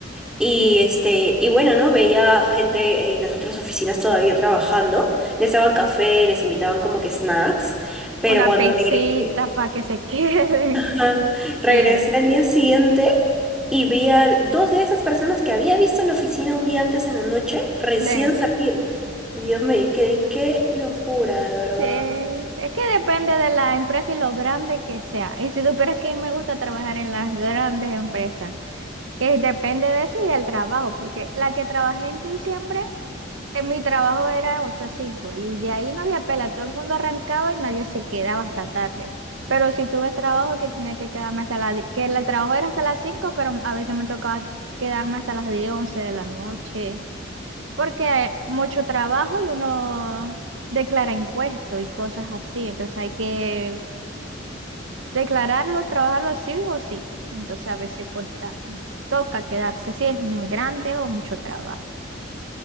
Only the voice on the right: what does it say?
O la
pizzita
para que se <laughs> queden.
Sí,
de,
sí. Es que depende de la empresa y lo grande que sea. Y si supieras que me gusta trabajar en las grandes empresas, que depende de eso y el trabajo, porque la que trabajé en diciembre, en mi trabajo era 8 a 5 y de ahí no había pela, todo el mundo arrancaba y nadie se quedaba hasta tarde. Pero si tuve trabajo que tenía que quedarme hasta las, di- que el trabajo era hasta las 5 pero a veces me tocaba quedarme hasta las 10 11 de la noche. porque hay mucho trabajo y uno declara impuestos y cosas así, entonces hay que declararlo, trabajarlo sí o sí, entonces a veces cuesta, toca quedarse si es muy grande o mucho trabajo.